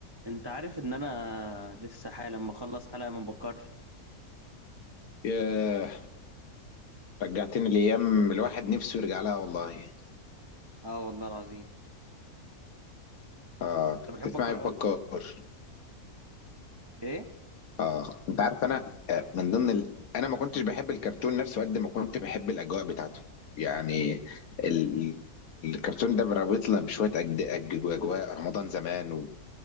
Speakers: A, on the right; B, on the left.
A: انت عارف ان انا لسه حالا لما اخلص حلقه من بكار
B: ياه رجعتني لأيام الواحد نفسه يرجع لها والله
A: اه والله العظيم
B: آه كنت
A: كنت بحب
B: بتسمع
A: بكار
B: إيه في
A: قوي
B: بكار
A: ايه
B: آه أنت عارف أنا آه، من ضمن ال... أنا ما كنتش بحب الكرتون نفسه قد ما كنت بحب الأجواء بتاعته يعني ال... الكرتون ده رابطنا بشوية أجد... أج- أجواء رمضان زمان و...